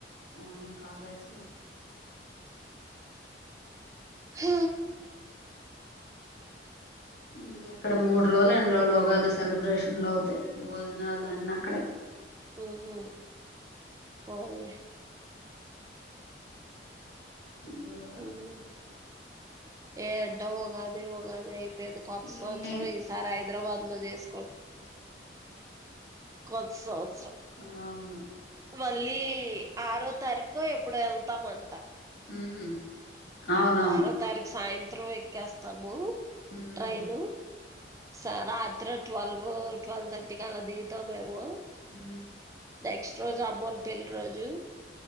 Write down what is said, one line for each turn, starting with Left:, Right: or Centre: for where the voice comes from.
Left: morning college.
Right: హ
Left: ఇంకెక్కడ మూడ్ రోజులో ఎన్ని రోజులో ఉగాది సెలబ్రేషన్లు అవుతయి. భోజనాలు అన్ని అక్కడే
Right: హుహ్ పోన్లే.
Left: గురువారం
Right: ఉహు ఏడ్డ ఉగాది ఉగాది ఐప్ పోయింది. కొత్త
Left: ఈ
Right: సంవత్సరం ఈసారి హైదరాబాద్ లో చేసు కొత్త సంవత్సరం.
Left: ఆ అవును.
Right: మళ్ళీ ఆరో తారీఖో ఎప్పుడో వెళ్తామంటా.
Left: ఉహు అవునవును
Right: ఆరో తారీఖు సాయంత్రం ఎక్కేస్తాము
Left: ఉమ్
Right: ట్రైను. స రాత్రి ట్వల్వ్ ట్వెల్వ్ థర్టీకి అలా దిగుతాము మేము.
Left: ఉ
Right: నెక్స్ట్ రోజు అమ్మోల్ల పెళ్లి రోజు.